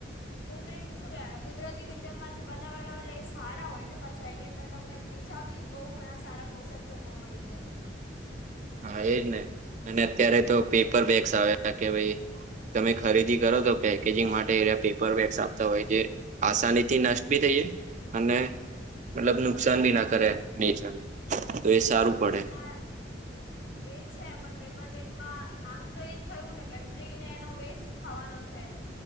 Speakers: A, on the left (about 80°); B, on the right (about 40°).
A: કૃત્રિમ શું કેવાય કુદરતી રીતે માંથી બનાવેલા એટલે સારા હોય ને પછા એની અંદર તમને બીજા બી બહુ ઘણા સારા પોષક તત્વો મળી જાય
B: હા એજ ને અને અત્યારે તો પેપર બેગ્સ આવ કે ભાઈ તમે ખરીદી કરો તો પેકેજિંગ માટે એ પેપર બેગ્સ આપતા હોય જે આસાનીથી નષ્ટ બી થઈએ અને મતલબ નુકસાન ભી ના કરે નેચરને તો એ સારું પડે
A: હા એ છે પણ પેપર બેેગમાં આમ તો એ જ થયું ને કે ટ્રી ને એનો વેસ્ટ થવાનો છે